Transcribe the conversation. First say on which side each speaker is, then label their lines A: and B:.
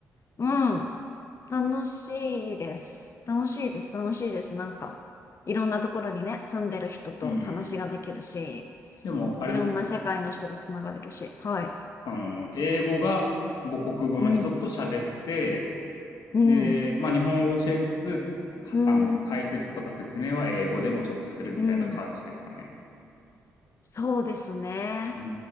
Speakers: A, on the left (about 40°); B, on the left (about 65°).
A: うん。楽しいです。楽しいです。楽しいです。なんか、いろんなところにね、住んでる人と話ができるし、
B: うんうん。でも、あれですか
A: いろんな世界の人とつながれるし。はい。
B: あの、英語が母国語の人と喋って、
A: うん。うん。
B: で、まあ、日本語を教えつつ、
A: うん。
B: あの、解説とか説明は英語でもちょっとするみたいな感じですかね。
A: うん。そうですね。
B: うー